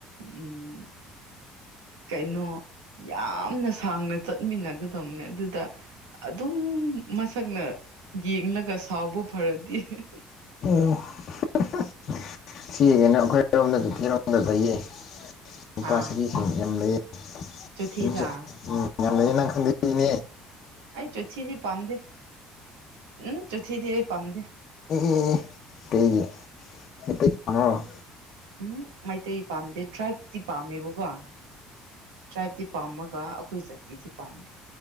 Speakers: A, on the right; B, on the left.
A: ꯎꯝ ꯀꯩꯅꯣ ꯌꯥꯝꯅ ꯁꯥꯡꯅ ꯆꯠꯃꯤꯟꯅꯒ ꯗꯝꯅꯦ ꯑꯗꯨꯗ ꯑꯗꯨꯝ ꯃꯁꯛꯅ ꯌꯦꯡꯂꯒ ꯁꯥꯎꯕ ꯐꯔꯗꯤ ꯏ ꯍꯦ ꯍꯦ
B: ꯑꯣ ꯑ ꯍ ꯍ ꯏꯆꯦꯒꯩꯅ ꯑꯈꯣꯏ ꯊꯤꯔꯣꯝꯗꯁꯨ ꯊꯤꯔꯣꯝꯗꯁꯨ ꯂꯩꯌꯦ ꯅꯨꯄꯥꯥ
A: ꯍꯥ
B: ꯁꯔꯤꯁꯤꯡ ꯌꯥꯝ ꯂꯩꯌꯦ <unintelligible>
A: ꯆꯣꯊꯤꯗ
B: ꯎꯝ ꯌꯥꯝ ꯂꯩꯌꯦ ꯅꯪ ꯈꯪꯗ ꯏꯅꯦ
A: ꯑꯩ ꯆꯨꯊꯤꯗꯤ ꯄꯥꯝꯗꯦ ꯎꯝ ꯆꯣꯊꯤꯗꯤ ꯑꯩ ꯄꯥꯝꯗꯦ
B: ꯑꯦ ꯑꯦ ꯑꯦ ꯀꯩꯒꯤ ꯃꯤꯇꯩ ꯄꯥꯝꯕ꯭ꯔꯣ
A: ꯎꯝ ꯃꯩꯇꯩ ꯄꯥꯝꯗꯦ ꯇ꯭ꯔꯥꯏꯕꯇꯤ ꯄꯥꯝꯃꯦꯕꯀꯣ ꯇ꯭ꯔꯥꯏꯕꯇꯤ ꯄꯥꯝꯃꯛ ꯀꯥ ꯑꯈꯣꯏ ꯖꯥꯇꯤꯗꯤ ꯄꯥꯝꯗꯦ